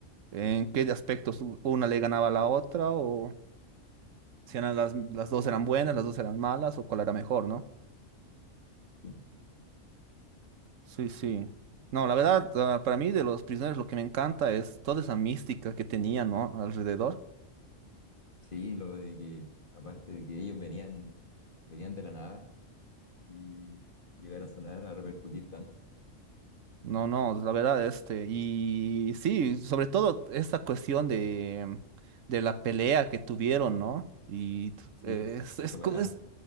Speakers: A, on the right (about 80°); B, on the left (about 40°).
A: en qué aspectos u- una le ganaba a la otra, o si eran las, las dos eran buenas, las dos eran malas, o cuál era mejor, ¿no?
B: Sí,
A: Sí, sí. No, la verdad, ah, para mí de Los Prisioneros lo que me encanta es toda esa mística que tenía, ¿no? Alrededor.
B: sí, lo de que, aparte de que ellos venían, venían de la nada y llegar a sonar, a repercutir tanto.
A: No, no, la verdad, este, y sí, sobre todo esta cuestión de, de la pelea que tuvieron, ¿no? Y t-
B: Sí,
A: eh, es,
B: se
A: es,
B: separaron.
A: co- es